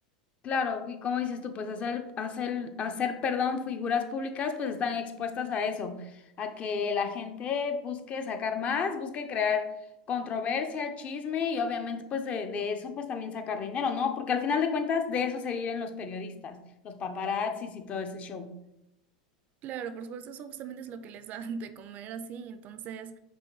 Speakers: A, on the left (about 35°); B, on the right (about 45°).
A: Claro, y como dices tú, pues hacer, hacer, hacer, perdón, figuras públicas, pues están expuestas a eso, a que la gente busque sacar más, busque crear controversia, chisme y obviamente pues de, de eso pues también sacar dinero, ¿no? Porque al final de cuentas de eso se viven los periodistas, los paparazzis y todo ese show.
B: Claro, por supuesto, eso justamente es lo que les da <laughs> de comer así. Entonces,